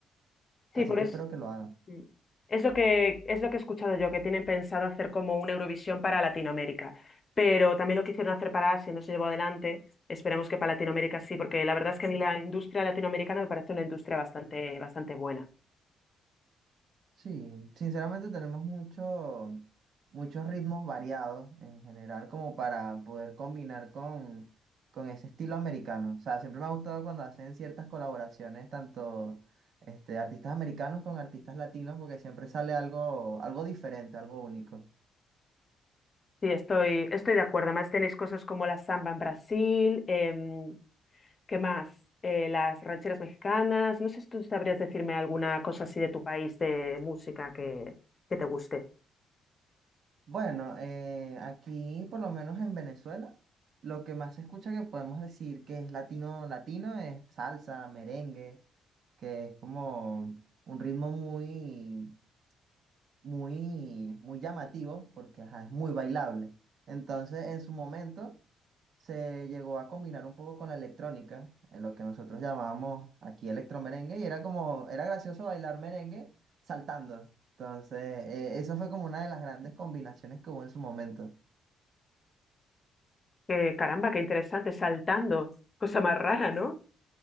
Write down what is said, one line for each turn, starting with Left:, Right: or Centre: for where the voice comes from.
Left: sí,
Right: Así
Left: por
Right: que
Left: eso.
Right: espero que lo hagan.
Left: mm. Es lo que, es lo que he escuchado yo, que tienen pensado hacer como una Eurovisión para Latinoamérica. Pero también lo quisieron hacer para Asia y no se llevó adelante. Esperemos que para Latinoamérica sí, porque la verdad es que a mí la industria latinoamericana me parece una industria bastante, bastante buena.
Right: Sí, sinceramente tenemos mucho, muchos ritmos variados en general como para poder combinar con, con ese estilo americano. O sea, siempre me ha gustado cuando hacen ciertas colaboraciones, tanto este, artistas americanos con artistas latinos, porque siempre sale algo, algo diferente, algo único.
Left: Sí, estoy, estoy de acuerdo. Además, tenéis cosas como la samba en Brasil, em, ¿Qué más? Eh, las rancheras mexicanas. No sé si tú sabrías decirme alguna cosa así de tu país de música que, que te guste.
Right: Bueno, eh, aquí por lo menos en Venezuela, lo que más se escucha que podemos decir que es latino, latino es salsa, merengue, que es como un ritmo muy muy, muy llamativo porque ajá, es muy bailable. Entonces, en su momento se llegó a combinar un poco con la electrónica, en lo que nosotros llamábamos aquí electromerengue, y era como, era gracioso bailar merengue saltando. Entonces, eh, eso fue como una de las grandes combinaciones que hubo en su momento.
Left: Que, caramba, qué interesante, saltando. Cosa más rara, ¿no?